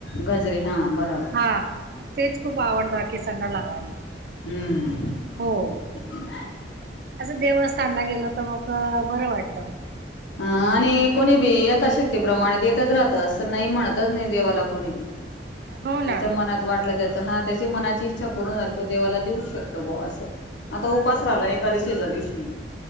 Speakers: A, on the left; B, on the right.
A: गजरे हा बराबर
B: हा मग तेच खूप आवडतात. केसांना लावायला.
A: हम्म्.
B: हो असं देवस्थानला गेल तर मग बरं वाटत.
A: अं आणि कोणी बी यथाशक्ती प्रमाणे देतच राहत. असं नाही म्हणतच नाही देवाला कोणी बी.
B: हो ना
A: जिच्या मनात वाटलं त्या हा त्याची मनाची इच्छा पूर्ण झाली तो देवाला देऊ शकतो बो असं. आता उपास
B: हो
A: राहिला एका एकादशीच्या दिवशी. ही.